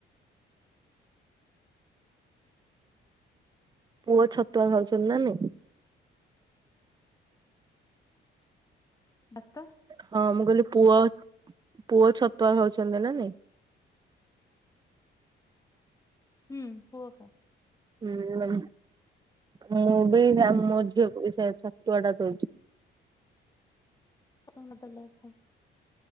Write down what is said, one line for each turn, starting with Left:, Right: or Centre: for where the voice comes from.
Right: ପୁଅ ଛତୁଆ ଖାଉଛନ୍ତି ନା ନାଇଁ?
Left: ଭାତ!
Right: ହଁ, ମୁଁ କହିଲି ପୁଅ, ପୁଅ ଛତୁଆ ଖାଉଛନ୍ତି ନା ନାଇଁ?
Left: ହୁଁ, ପୁଅ ଖାଏ!
Right: ହୁଁ, ମୁଁ ବି ମୋ ଝିଅକୁ ବି ସେଇଆ ଛତୁଆ ଟା ଦଉଛି!
Left: ମତାଥା <inaudible>